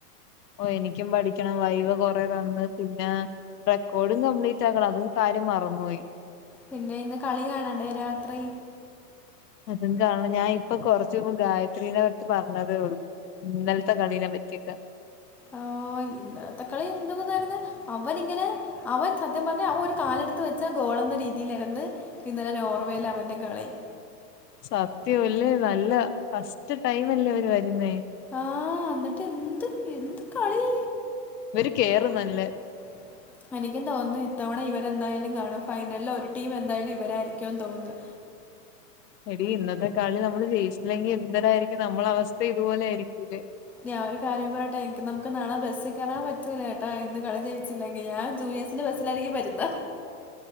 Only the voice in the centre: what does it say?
പിന്നെ ഇന്ന് കളി കാണണ്ടേ രാത്രി
ഓയ് ഇന്നലത്തെ കളി എന്ത്‌കുതായിരുന്ന് അവന്ങ്ങനെ അവൻ സത്യം പറഞ്ഞ അവൻ ഒരു കാലെടുത്ത് വെച്ച ഗോളെന്ന രീതിയിലകന്ന് ഇന്നലെ നോർവേലാ അവന്റെ കളി
ആഹ് ന്ന്ട്ട് എന്ത് എന്ത് കളീ
പോ
<inaudible> എനിക്കും തോന്നുന്നു ഇത്തവണ ഇവരെന്തായാലും കാണും ഫൈനലില് ഒരു ടീം എന്തായാലും ഇവരായിരിക്കൂന്ന് തോന്നുന്നു
ഞാ ഒരു കാര്യം പറട്ടെ എനി നമക്ക് നാളെ ബസികേറൻ പറ്റൂലട്ടോ ഇന്ന് കളി ജയിച്ചില്ലെങ്കി ഞാൻ ജൂനിയസ് ന്ന് ബസ്സിലാരിക്കും വരുന്ന്